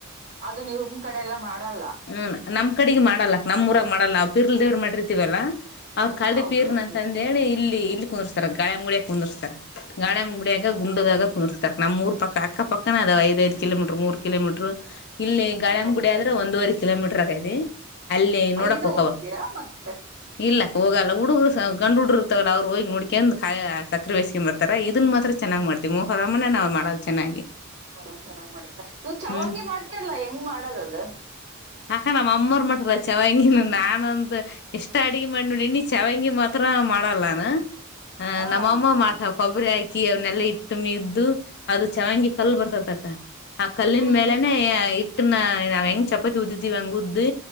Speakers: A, on the right (about 55°); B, on the left (about 50°).
A: ಅದು ನೀವುಮ್ ಕಡೆ ಎಲ್ಲ ಮಾಡಲ್ಲಾ
B: ಹ್ಮ ನಮ್ಮ್ ಕಡೆಗ್ ಮಾಡಲ್ಲಕ್ಕಾ ನಮ್ಮ್ ಊರಾಗ ಮಾಡಲ್ಲ ನಾವ ಪಿರ್ಲ್ ದೇವ್ರು ಮಾಡಿರ್ತೀವಲ್ಲಾ ಅವ್ರ ಕಾಲ್ದೀ
A: ಹೌದೌದು
B: ಪೀರ್ನ ಅಂತಂದೇಳಿ ಇಲ್ಲಿ ಇಲ್ಲಿ ಕುಂದರ್ಸ್ತಾರ ಗಾಳೆಮ್ಮ ಗುಡ್ಯಾಗ ಕುಂದರ್ಸ್ತಾರ. ಗಾಳೆಮ್ಮ ಗುಡಿಯಾಗ ಗುಂಡದಾಗ ಕುಂದರ್ಸ್ತಾರೆ ನಮ್ ಊರ್ ಪಕ್ಕ ಅಕ್ಕಾ ಪ ಪಕ್ಕನದ ಐದಐದು ಕಿಲೋಮೀಟರ್ ಮೂರ್ ಕಿಲೋಮೀಟ್ರ್ ಇಲ್ಲಿ
A: ಹ
B: ಗಾಳ್ಯಮ
A: ಹೌದು
B: ಗುಡಿ ಆದ್ರೆ ಒಂದವರೆ. ಕಿಲೋಮೀಟರ್ ಆಗೈತಿ ಅಲ್ಲಿ
A: ಅಲ್ಲಿನೂ
B: ನೋಡಕ್ ಹೊಕವ
A: ಹೋಗ್ತೀರಾ ಮತ್ತೆ
B: ಇಲ್ಲ- ಹೋಗಲ್ಲ ಹುಡುಗರು ಗಂಡ ಹುಡುಗರುರ್ತವಲ್ಲ ಅವ್ರರು ಹೋಗಿ ನೋಡಕೊಂದ ಕಾಯಿ ಸಕರೆ ಬೇಸ್ಕೊಂಡ ಬರ್ತಾರ ಇದನ್ನ ಮಾತ್ರ ಚೆನ್ನ್ ಮಾಡ್ತಾರೆ. ಮೊಹರಂನೆ ನಾವ್ ಮಾಡದು ಚೆನ್ನಾಗಿ.
A: ಮೊಹರಂ ಚೆನ್ನಾಗಿ ಮಾಡಿದ ಮೇಲೆ ನೀವು ಚೆವಂಗಿ
B: ಹ್ಮ್
A: ಮಾಡ್ತಿರಲ್ಲಾ ಹೆಂಗ್ ಮಾಡದದದು.
B: ಅಕ್ಕ ನಮ್ಮ ಅಮ್ಮರು ಮಾಡರು ಚವಂಗಿನ ನಾನ ಒಂದು. ಎಷ್ಟ ಅಡ್ಗೆ ಮಾಡಿ ನೋಡಿ ಚವಂಗಿ ಮಾತ್ರ ಮಾಡಲ್ಲಾ ನಾನ. ಹ
A: ಹಾ
B: ನಮ್ಮಅಮ್ಮ
A: ಹಾ
B: ಮಾಡ್ತಾಳ ಕೊಬ್ಬರಿ ಹಾಕಿ ಅವನೆಲ್ಲಾ ಇಟ್ಟು ಮ್ದು. ಅದು ಚೆನ್ನಂಗಿ ಕಲ್ಲು ಬರ್ತತಕ್ಕ ಆ ಕಲ್ಲಿನ್
A: ಹ್ಮ್
B: ಮೇಲೆನೆೇ
A: ಹ್ಮ್
B: ಇಟ್ಟನ ಹೆಂಗ್ ಚಪಾತಿ. ತುದತಿವಿ ಹಂಗಉದ್ದಿ